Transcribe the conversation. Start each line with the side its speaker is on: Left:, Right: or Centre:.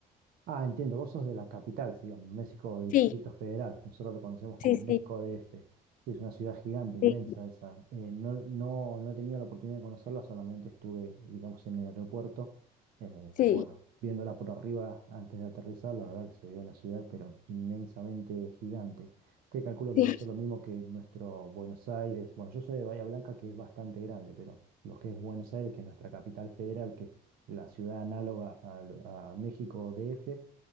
Right: Ah, entiendo, vos sos de la capital, sí, digamos, México Distrito
Left: Sí,
Right: Federal. Nosotros lo conocemos como
Left: sí,
Right: México
Left: sí,
Right: D. F. que es una ciudad gigante, inmensa
Left: sí,
Right: esa. Eh, no, no, no he tenido la oportunidad de conocerla, solamente estuve, digamos, en el aeropuerto. eh,
Left: Sí,
Right: pero bueno, viéndola por arriba antes de aterrizar, la verdad que se ve una ciudad, pero inmensamente gigante. Que calculo que
Left: sí,
Right: debe ser lo mismo que nuestro Buenos Aires. Bueno, yo soy de Bahía Blanca, que es bastante grande, pero lo que es Buenos Aires, que es nuestra capital federal, que la ciudad análoga a, a México DF, eh,